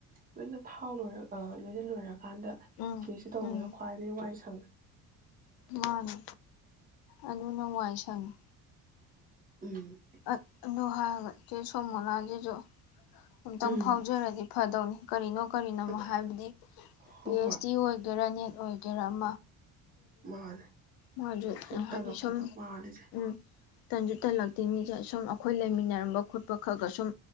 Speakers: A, on the right (about 25°); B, on the left (about 70°).
A: ꯂꯣꯏꯅ ꯐꯥꯎ ꯂꯣꯏꯔꯒꯥ ꯂꯣꯏꯅ ꯂꯣꯏꯔꯀꯥꯟꯗ
B: ꯎꯝ
A: ꯃꯤꯁꯤ ꯇꯧꯕꯗꯣ
B: ꯎꯝ
A: ꯈ꯭ꯋꯥꯏꯗꯒꯤ ꯋꯥꯏ ꯁꯪꯉꯦ
B: ꯃꯥꯅꯦ ꯑꯗꯨꯅ ꯋꯥꯏ ꯁꯪꯉꯤ
A: ꯎꯝ
B: ꯑꯠ ꯑꯗꯨ ꯍꯥꯏꯔꯒꯥ ꯆꯦ ꯁꯣꯃꯣꯂꯥ ꯒꯤꯖꯨ ꯑꯝꯇꯪ
A: ꯎꯝ
B: ꯐꯥꯎꯖꯔꯗꯤ ꯐꯗꯧꯅꯤ ꯀꯔꯤꯅꯣ ꯀꯔꯤꯅꯣꯝꯃꯥ
A: ꯑꯗꯨ
B: ꯍꯥꯏꯕꯗꯤ
A: ꯍꯣꯏ
B: ꯄꯤ ꯍꯩꯆ
A: ꯍꯣꯏ
B: ꯗꯤ ꯑꯣꯏꯒꯦꯔꯥꯅꯦ ꯅꯤꯠ ꯑꯣꯏꯒꯦꯔꯥ ꯑꯃ
A: ꯃꯥꯅꯦ
B: ꯃꯥꯗꯣ
A: ꯁꯨꯝ
B: ꯍꯥꯏꯗꯤ
A: ꯇꯜꯂꯛꯄꯗꯣ
B: ꯁꯨꯝ
A: ꯃꯥꯜꯂꯤꯁꯦ
B: ꯎꯝ ꯇꯟꯖꯨ ꯇꯟꯂꯛꯇꯤꯅꯤ ꯁꯨꯝ ꯑꯩꯈꯣꯏ ꯂꯩꯃꯤꯟꯅꯔꯝꯕ ꯈꯣꯠꯄ ꯈꯒ ꯁꯨꯝ